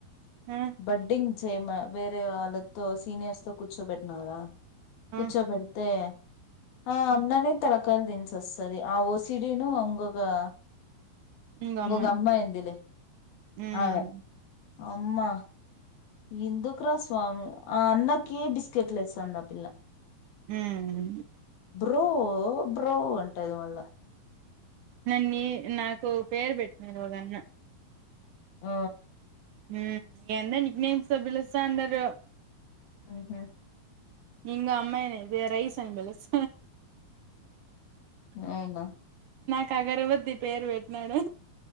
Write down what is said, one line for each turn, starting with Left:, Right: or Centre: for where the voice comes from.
Right: ఆ
Left: బడ్డింగ్ చేమ్ వేరే వాళ్ళతో సీనియర్స్ తో కూర్చోబెట్నా కదా
Right: ఆ
Left: కూర్చోబెడితే ఆ ఉండని తలకయల్ దించొస్తది ఆ ఓసిడీనూ ఇంకొకా
Right: ఇంగో
Left: ఇంగొక
Right: అమ్మాయి
Left: అమ్మాయుందిలె
Right: ఉమ్
Left: ఆవే. అమ్మా యెన్దుకు రా స్వామి ఆ అన్నకి బిస్కెట్లేస్తుందా పిల్ల.
Right: మ్మ్
Left: బ్రో బ్రో అంటది మళ్ల.
Right: నన్నీ నాకో పేరు పెట్టినడు వాళ్ళన్న.
Left: ఆ
Right: మ్మ్ అందరు నిక్ నేమ్స్ తో భిలుస్తా ఉండరు.
Left: ఉహా
Right: ఇంగ అమ్మాయినయితే రైస్ అని బిలుస్
Left: అవున
Right: కాగరవత్తి పేరు పెట్టినాడు.